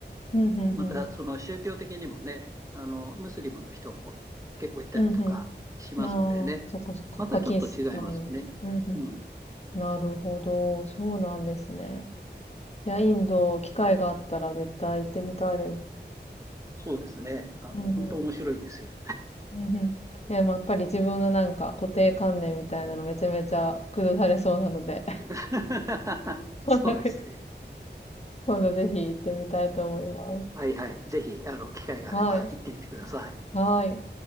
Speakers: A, on the left; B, on the right.
A: うん、うん、うん。
B: またその宗教的にもね、あの、ムスリムの人も結構いたりとかしますんでね、
A: うん、うん。なあ、そっかそっか。
B: またちょっと違いますね。
A: パキスタンで。うん、う
B: うん、
A: ん。なるほど。そうなんですね。いや、インド、機会があったら絶対行ってみたいです。
B: そうですね。あの、
A: うん、
B: 本当面白いですよ。
A: うん。うん、うん。いや、まあやっぱり自分のなんか固定観念みたいなのめちゃめちゃ崩されそうなので、
B: <laughs>
A: <laughs>
B: そうですね。
A: 今度ぜひ行ってみたいと思います。
B: はいはい。ぜひ、あの、機会があれば行ってみてください。
A: はい。はい。